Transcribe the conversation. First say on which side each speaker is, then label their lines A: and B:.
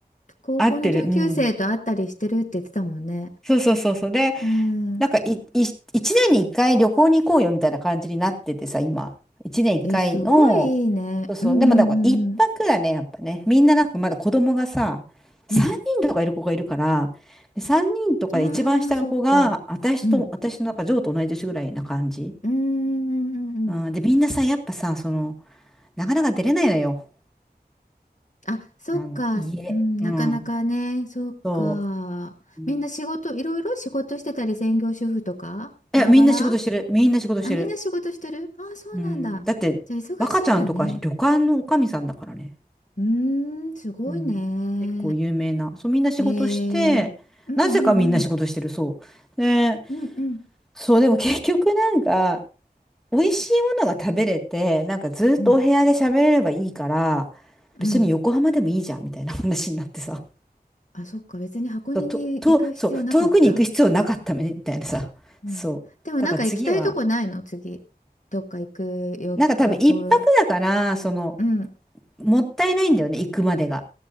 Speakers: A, on the left; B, in the centre.
A: 高校の同級生と会ったりしてるって言ってたもんね。
B: 合ってる。うん。そうそうそうそう。で、
A: うん。
B: なんかい、い、1年に1回旅行に行こうよみたいな感じになっててさ、今。1年1回の、
A: え、すごいいいね。
B: そうそう。
A: うんうんうん
B: でもなんか1泊だね、やっぱね。みんななんかまだ子供がさ、3人とかいる子がいるから、
A: うん。
B: で、3人とかで一番下の子が、
A: うん。ああ、そっか。
B: 私と、
A: うん。
B: 私のなんか、ジョーと同い年ぐらいな感じ。
A: うんうんうんうん
B: うん、で、みんなさ、やっぱさ、その、なかなか出れないのよ。
A: あ、そっか、
B: あの、家。
A: うん、なかなかね、
B: うん。
A: そっか。
B: そう。うん
A: みんな仕事、いろいろ仕事してたり、専業主婦とか、バラバラ
B: いや、みんな仕事してる。みんな仕事してる。
A: あ、みんな仕事してるあ、そうなんだ。
B: うん。だって、
A: じゃあ、忙しいんだね。
B: 若ちゃんとか旅館のおかみさんだからね。
A: うーん、すごいね。
B: うん。結構有名な。そう、みんな仕事して、
A: へえ、うんうんうん、
B: なぜかみんな仕事してる。そう。で、
A: うんうん、
B: そう、でも結局なんか、美味しいものが食べれて、なんかずっとお部屋で喋れればいいから、
A: うん、うん。
B: 別に横浜でもいいじゃん、みたいな話になってさ。
A: あ、そっか、別に箱根に行く必要なかった
B: と、と、とそう、遠くに行く必要なかったみたいなさ。
A: うん。
B: そう。
A: でもなんか行きたいとこないの次。
B: だから次は、
A: どっか行くよ、
B: なんか多分一泊だから、
A: 旅行。
B: その、
A: うん。
B: もったいないんだよね、行くまでが。